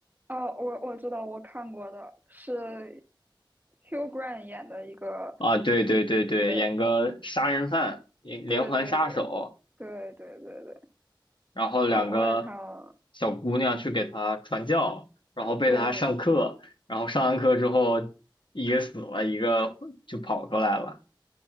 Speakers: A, on the right (about 20°); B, on the left (about 70°).
A: 哦，我我知道，我看过的是 Hugh Grant 演的一个，
B: 啊，对对对对，
A: 对
B: 演个杀人犯，连连环杀手。
A: 对对对对对对对，
B: 然后两个
A: 那个我也看了，
B: 小姑娘去给他传教，然后被他上课，
A: 对
B: 然后上完课之后，一个死了，一个就跑出来了，